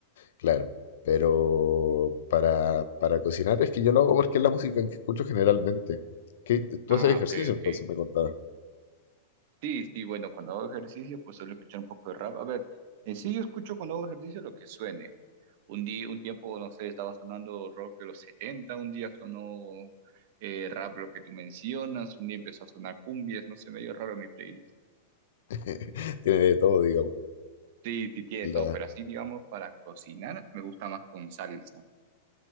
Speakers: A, on the left; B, on the right.
A: claro. Pero para, para cocinar es que yo lo hago porque es la música que escucho generalmente. ¿Qué, tú
B: Ah,
A: haces ejercicio?
B: ok, ok.
A: Entonces me contabas
B: Sí, sí, bueno, cuando hago ejercicio, pues suelo escuchar un poco de rap. A ver, en sí yo escucho cuando hago ejercicio lo que suene. Un día, un tiempo, no sé, estaba sonando rock de los 70, un día sonó eh, rap lo que tú mencionas, un día empezó a sonar cumbias, no sé, medio raro mi playlist.
A: <laughs> Tiene de todo, digamos.
B: Sí, sí, tiene
A: La,
B: todo, pero así, digamos, para cocinar me gusta más con salsa.